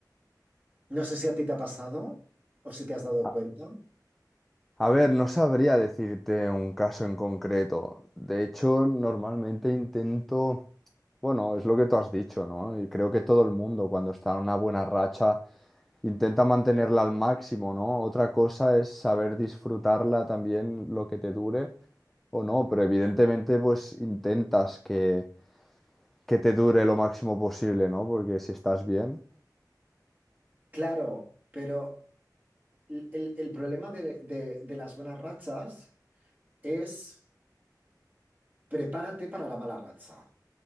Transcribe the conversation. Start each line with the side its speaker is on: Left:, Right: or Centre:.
Right: No sé si a ti te ha pasado o si te has dado
Centre: A
Right: cuenta.
Centre: a ver, no sabría decirte un caso en concreto. De hecho, normalmente intento, bueno, es lo que tú has dicho, ¿no? Y creo que todo el mundo cuando está en una buena racha Intenta mantenerla al máximo, ¿no? Otra cosa es saber disfrutarla también lo que te dure o no, pero evidentemente pues intentas que, que te dure lo máximo posible, ¿no? Porque si estás bien,
Right: Claro, pero el, el- el problema de, de- de las buenas rachas es prepárate para la mala racha.